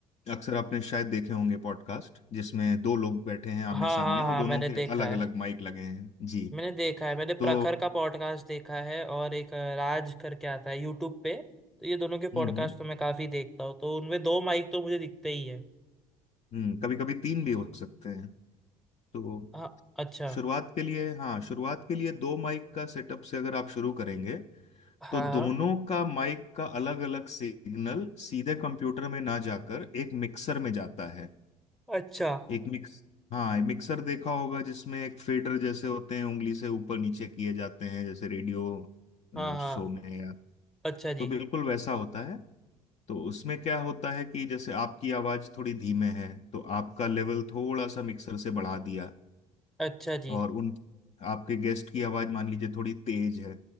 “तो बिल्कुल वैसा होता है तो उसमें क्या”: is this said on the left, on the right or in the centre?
Left